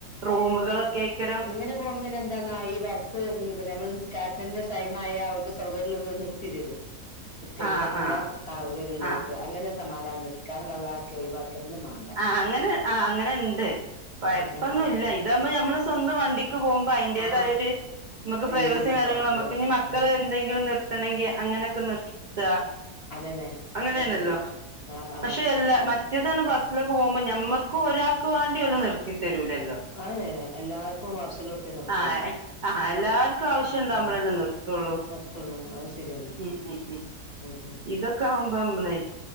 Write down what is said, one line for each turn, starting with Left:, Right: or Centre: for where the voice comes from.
Right: റൂമുകളൊക്കെ
Left: അയ്
Right: ഏക്കാരം
Left: ങ്ങനെ. പോകുമ്പോ പിന്നെന്താന്നാ യി ഈ ബസ് നമ്മള് നിസ്കാരത്തിന്റെ ടൈമായ അവർക്ക് സൗകര്യള്ളോട്ത് നിർത്തി തരോ നിസ്കരിക്കാനുള്ള
Right: ആഹ് ആഹ്
Left: സൗകര്യള്ളോട്ത്
Right: ആഹ്
Left: അങ്ങനെ ഒരു സമാദാനണ്ട് നിസ്കാരം കളാ ആക്കെ ഒയിവാക്കെ ഒന്നും മാ
Right: ആഹ്‌ അങ്ങനെ ആ അങ്ങനെണ്ട് കൊഴപ്പൊന്നുല്ല
Left: ഉം ഉം ഉം
Right: ഇതാവുമ്പോ മ്മളെ സ്വന്തം വണ്ടി. ക്ക് പോകുമ്പോ അതിന്റേതായ
Left: ആ
Right: ഒരു നമുക്ക് പ്രൈവസിയും
Left: രീതിയിൽ കൂടെ
Right: കാര്യങ്ങളും
Left: പോവാ
Right: നമുക്ക്
Left: അതെ
Right: ഇനി മക്കൾ
Left: ആ
Right: എന്തെങ്കിലും നിർത്തണെങ്കിൽ അങ്ങനെയൊക്കെ നിറുത്ത
Left: അതന്നെ
Right: അങ്ങനെയല്ലല്ലോ
Left: അത് ശരി ആ ആ
Right: പക്ഷെ എല്ല പറ്റത്തന്ന് ബസ്സൊക്കെ പോകുമ്പോൾ ഞമ്മക്കും ഒരാക്ക് വേണ്ടി വലും നിർത്തിത്തരൂലല്ലോ
Left: അതന്നെ എല്ലാർക്കും ആവശ്യള്ളോട്ത്തേ നിർത്തുള്ളൂ
Right: ആഹ് ആഹ് എല്ലാർക്കും ആവശ്യമുണ്ട
Left: ആ
Right: നിർ <unintelligible>
Left: നിർത്തുള്ളൂ അത് ശരിയാണ്
Right: ഉം ഉം ഉം
Left: ഉം
Right: ഇതൊക്കെ ആവുമ്പോ നമ്മളെ